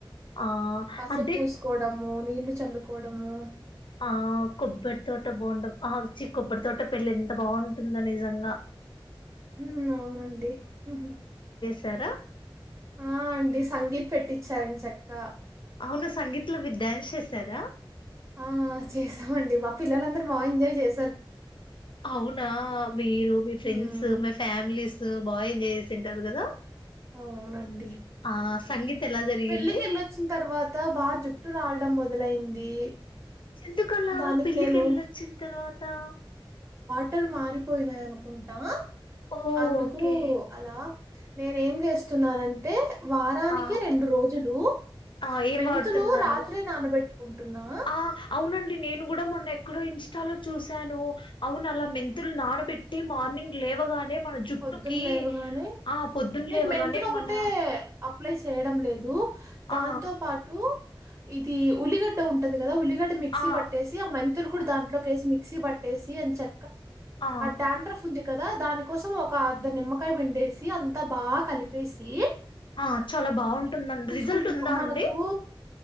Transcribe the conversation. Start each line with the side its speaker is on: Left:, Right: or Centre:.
Left: ఆ
Right: పసుపు
Left: అంటే
Right: పూసుకోవడము, నీళ్లు చల్లుకోవడము.
Left: ఆ కొబ్బరి తోట బోండం ఆ చ్చి కొబ్బరి తోట పెళ్లి ఎంత బాగుంటుందో నిజంగా
Right: హ్మ్ అవునండి ఉహుమ్
Left: తర
Right: ఆ అండి సంగీత్ పెట్టించా రెంచెక్క
Left: మొన్న సంగీత్లో మీర్ డ్యాన్స్ చేసారా
Right: ఆ చేశామండి మా పిల్లలందరూ బాగా ఎంజాయ్ చేస్
Left: అవునా మీరు మీ ఫ్రెండ్స్
Right: హ్మ్.
Left: మీ ఫ్యామిలీస్ సో బా ఎంజాయ్ చేసింటారు కదా
Right: అవునండి.
Left: ఆ సంగీత్ ఎలా జరిగింది
Right: పెళ్ళికి ఏళ్ళొచ్చిన తర్వాత బాగ జుట్ జుట్టు రావడం మొదలైంది.
Left: ఎందుకలా
Right: దానికి
Left: పెళ్లికి
Right: నేను
Left: ఎళ్ళొచ్చిన తర్వాతా
Right: బట్టలు మారిపోయినయి అనుకుంటా
Left: ఓ
Right: అందుకూ
Left: ఓకే
Right: అలా నేను ఏం చేస్తున్నానంటే వారానికి
Left: ఆ
Right: రెండు రోజులు
Left: ఆ ఏం
Right: మెంతులు
Left: వాడుతున్నారు
Right: రాత్రి నానబెట్టుకుంటున్నా
Left: ఆ అవునండి నేను కూడా మొన్న ఎక్కడో ఇన్స్టా లో చూశాను అవును అలా మెంతులు నానబెట్టి మార్నింగ్ లేవగా మన జుట్టుకి
Right: పొద్దున్న లేవగానే
Left: ఆ పొద్దున
Right: నేను
Left: లేవగానే
Right: మెంతులు ఒకటే
Left: మన
Right: అప్లై చేయడం లేదు దాంతో
Left: ఆ
Right: పాటు ఇది ఉల్లిగడ్డ ఉంటది కదా ఉలి మిక్సీ
Left: ఆ
Right: పట్టేసి ఆ మంతులు కూడా దాంట్లోకిసి మిక్సీ బ ట్టేసి అని చె
Left: ఆ
Right: డాండఫ ఉంది కదా దాని కోసం ఒ ఒక అర్ధ నిమ్మకాయ పిండేసి అంతా బాగా కలిపేసి
Left: ఆ చాలా బాగుంటుందండి
Right: పూసుకుంటున్నాం
Left: రిజల్ట్ ఉందా
Right: మనకు
Left: అండి